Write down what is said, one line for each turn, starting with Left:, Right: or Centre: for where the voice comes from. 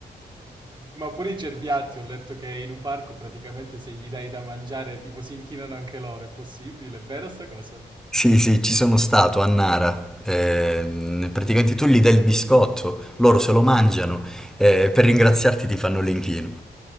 Right: Ma pure i cerbiatti, ho letto che in un parco praticamente se gli dai da mangiare tipo si inchinano anche loro, è possibile? È vera sta cosa?
Centre: Sì, sì, ci sono stato a Nara. Ehm, praticamente tu gli dai il biscotto, loro se lo mangiano e per ringraziarti ti fanno l'inchino.